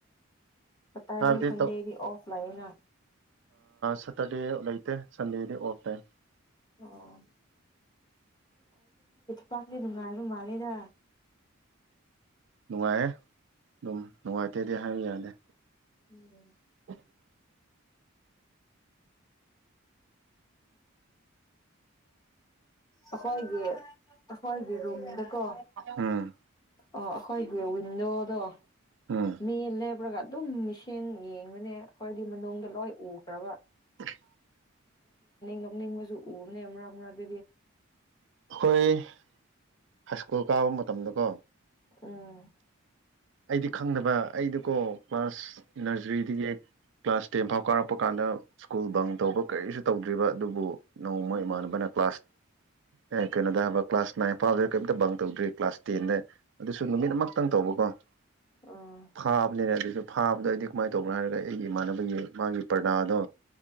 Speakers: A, on the left; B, on the right.
A: ꯁꯇꯔꯗꯦ
B: ꯍꯥꯏꯕꯗꯤ
A: ꯁꯗꯦꯒꯤ ꯑꯣꯐ ꯂꯥꯏꯟ
B: ꯁꯇꯔꯗꯦ ꯂꯩꯇꯦ ꯁꯟꯗꯦꯗꯤ ꯑꯣꯐ ꯇꯥꯏ
A: ꯑꯣ ꯄꯥꯛꯅꯦ ꯅꯨꯡ ꯉꯥꯏꯕ ꯃꯥꯜꯂꯦꯗ
B: ꯅꯨꯡꯉꯥꯏꯌꯦꯦ ꯑꯗꯨꯝ ꯅꯨꯡꯉꯥꯏꯇꯦꯗꯤ ꯍꯥꯏꯕ ꯌꯥꯅꯤꯦ
A: ꯎꯝ
B: <unintelligible>
A: ꯑ ꯑꯩꯈꯣꯏꯒꯤ ꯑꯩꯈꯣꯏꯒꯤ ꯔꯨꯝꯗꯀꯣ
B: ꯎꯝ
A: ꯑꯣ ꯑꯩꯈꯣꯏꯒꯤ ꯂꯣꯗꯣ
B: ꯎꯝ
A: ꯃꯤ ꯏꯂ ꯑꯗꯨꯝ ꯃꯤꯁꯦꯟ ꯌꯦꯡꯕꯅꯦ ꯑꯩꯣꯏꯗꯤ ꯃꯅꯨꯡꯗ ꯂꯣꯏ ꯎꯈ꯭ꯔꯒ
B: ꯑꯣꯦ
A: ꯅꯣꯛꯅꯤꯡꯕꯁꯨ ꯎꯕꯅꯦ ꯃꯔꯛ ꯃꯔꯛꯇꯗꯤ
B: ꯍꯣꯏ ꯁ꯭ꯀꯨꯜ ꯀꯥꯕ ꯃꯇꯝꯗꯀꯣ
A: ꯎꯝ
B: ꯑꯩꯗꯤ ꯈꯪꯗꯕ ꯑꯩꯗꯨꯀꯣ ꯀ꯭ꯂꯥꯁ ꯅꯔꯖꯔꯤ ꯍꯦꯛ ꯀ꯭ꯂꯥꯁ ꯇꯦꯟ ꯐꯥꯎ ꯀꯥꯔꯛꯄ ꯀꯥꯟꯗ ꯁ꯭ꯀꯨꯜ ꯕꯪ ꯇꯧꯕ ꯀꯔꯤꯁꯨ ꯇꯧꯗ꯭ꯔꯤꯕ ꯑꯗꯨꯕꯨ ꯅꯣꯡꯃ
A: ꯎꯝ
B: ꯏꯃꯥꯟꯅꯕꯅ ꯀ꯭ꯂꯥꯁ ꯑꯦ ꯀꯩꯅꯣꯗ ꯍꯥꯏꯕ ꯀ꯭ꯂꯥꯁ ꯅꯥꯏꯟ ꯐꯥꯎꯗꯗ ꯀꯩꯔꯤꯝꯇ ꯕꯪ ꯇꯧꯗ꯭ꯔꯤ ꯀ꯭ꯂꯥꯁ ꯇꯦꯟꯗ ꯑꯗꯨꯁꯨ ꯅꯨꯃꯤꯠ ꯑꯃꯛꯇꯪ ꯇꯧ ꯐꯥꯕꯅꯦꯔꯁꯨ
A: ꯎꯝ
B: ꯐꯥꯕꯗ ꯑꯩꯗꯤ ꯀꯃꯥꯏꯅ ꯇꯧꯕꯅꯣ ꯍꯥꯏꯔꯒ ꯑꯩꯒꯤ ꯏꯃꯥꯟꯅꯕꯒꯤ ꯃꯥꯒꯤ ꯄ꯭ꯔꯗꯥꯗꯣ